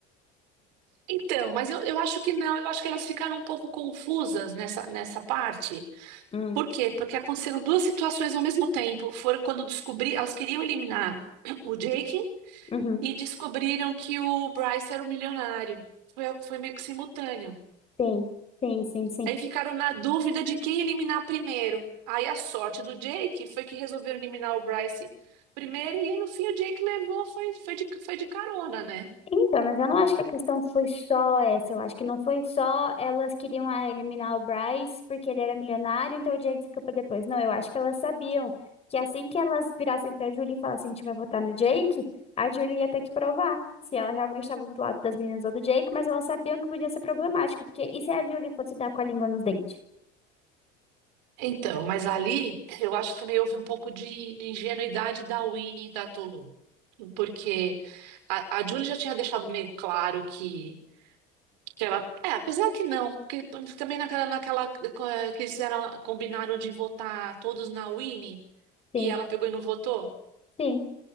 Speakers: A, on the right (about 90°); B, on the left (about 30°).
A: Então, mas eu, eu acho que não, eu acho que elas ficaram um pouco confusas nessa, nessa parte.
B: Hum,
A: Por quê? Porque aconteceram duas situações ao mesmo tempo. Foram quando descobri, elas queriam eliminar o Jake
B: uhum.
A: e descobriram que o Bryce era o milionário. Foi, foi meio que simultâneo.
B: Sim, sim, sim, sim.
A: Aí ficaram na dúvida de quem eliminar primeiro. Aí a sorte do Jake foi que resolveram eliminar o Bryce primeiro, e aí no fim o Jake levou, foi, foi de, foi de carona, né?
B: Então, mas eu não acho que a questão foi só essa. Eu acho que não foi só elas queriam ah, eliminar o Bryce porque ele era milionário, então o Jake fica pra depois. Não, eu acho que elas sabiam que assim que elas virassem pra Julie e falassem, a gente vai votar no Jake, a Julie ia ter que provar se ela realmente estava do lado das meninas ou do Jake, mas elas sabiam que podia ser problemático, porque e se a Julie fosse dar com a língua nos dentes?
A: Então, mas ali eu acho que também houve um pouco de de ingenuidade da Winnie e da Tolu. Porque a, a Julie já tinha deixado meio claro que, que ela. É, apesar que não, porque também naquela, naquela eh, que eles fizeram- combinaram de votar todos na Winnie
B: Sim,
A: e ela pegou e não votou,
B: sim.